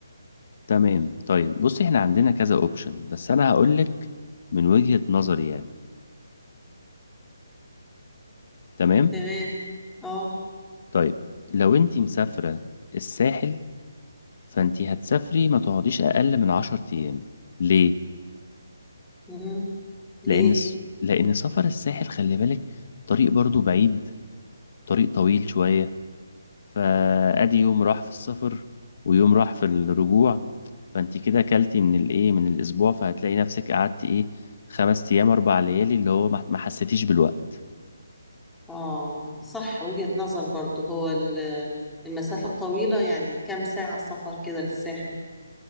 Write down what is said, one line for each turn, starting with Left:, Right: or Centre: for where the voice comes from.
Left: تمام طيب بصي احنا عندنا كذا اوبشن بس انا هقولك من وجهة نظري يعني تمام
Centre: تمام اه
Left: طيب لو انتي مسافرة الساحل فانتي هتسافري ما تقعديش اقل من عشر ايام ليه
Centre: مم. ليه
Left: لان الس- لان سفر الساحل خلي بالك طريق برضو بعيد طريق طويل شوية فادي يوم راح في السفر ويوم راح في الرجوع فانتي كده كلتي من الايه من الاسبوع فهتلاقي نفسك قعدتي ايه خمس ايام اربع ليالي اللي هو ما ما حسيتيش بالوقت
Centre: اه صح وجهه نظر برضو هو ال- المسافه طويله يعني كام ساعه سفر كده للساحل